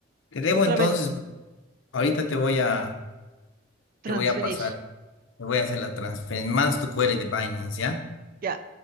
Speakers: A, on the left (about 85°); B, on the right (about 50°).
A: te debo
B: Otra
A: entonces.
B: vez,
A: Ahorita te voy a,
B: transferir.
A: te voy a pasar, te voy a hacer la transferencia, más tu query de Binance, ¿ya?
B: Ya.